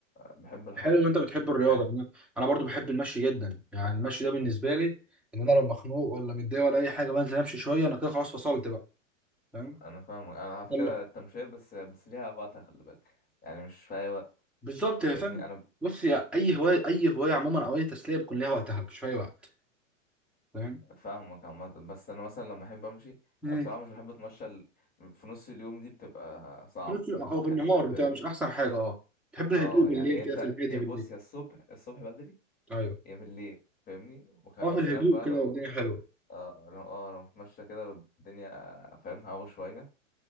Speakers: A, on the left; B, in the centre.
A: بحب الحركه
B: حلو ان انت بتحب الرياضه
A: يعني
B: انا أنا برضو بحب المشي جدا يعني المشي ده بالنسبه لي ان انا لو مخنوق ولا متضايق ولا اي حاجه بنزل امشي شويه انا كده خلاص فصلت بقى فاهم
A: انا فاهمك انا على فكره
B: يلا.
A: التمشيه بس بس ليها اوقاتها خلي بالك يعني مش في اي وقت
B: بالظبط يا
A: فاهمني
B: فاهم
A: انا
B: بص يا اي هوايه اي هوايه عموما او اي تسليه بيكون ليها وقتها مش في اي وقت فاهم
A: فاهمك عامه بس انا مثلا لما احب امشي
B: مم.
A: يعني بصراحه مش بحب اتمشى ال- في نص اليوم دي بتبقى صعب
B: في- نفس- او
A: بتبقى خنيقه
B: بالنهار بتبقى
A: فاهمني
B: مش احسن حاجه اه تحب
A: اه
B: الهدوء بالليل
A: يعني
B: كده
A: انت
B: في الهادي بالليل
A: بص يا الصبح الصبح بدري
B: ايوه
A: يا بالليل فاهمني وك-
B: اه
A: وسلام
B: في الهدوء
A: بقى
B: كده
A: لو
B: والدنيا حلوه
A: اه لو اه لو متمشى كده والدنيا فاهم هوا شوية